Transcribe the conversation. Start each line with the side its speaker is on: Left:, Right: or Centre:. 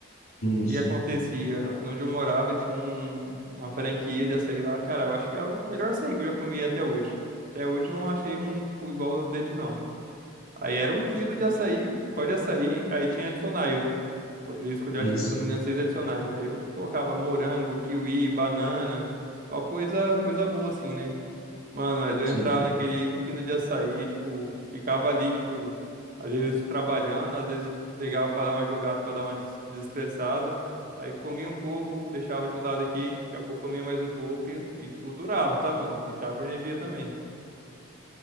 Right: O
Left: Isso,
Right: que acontecia? Onde eu morava tinha um- uma franquia de açaí lá. Cara, eu acho que é o melhor açaí que eu já comi até hoje. Até hoje eu não achei um, tipo, igual ao deles, não. Aí era um quilo de açaí, só de açaí, aí tinha adicionais, né? Poderia escolher,
Left: isso,
Right: acho que se eu não me engano, seis adicionais. Aí eu colocava morango, kiwi, banana, só coisa, coisa boa assim, né? Mano, mas eu
Left: sim.
Right: entrava naquele um quilo de açaí, tipo, ficava ali, tipo, às vezes trabalhando, às vezes pegava pra dar uma jogada, pra dar uma des- desestressada. Aí comia um pouco, deixava de lado aqui, daqui a pouco comia mais um pouco e, e, tipo, durava, tá, mano? E dava energia também.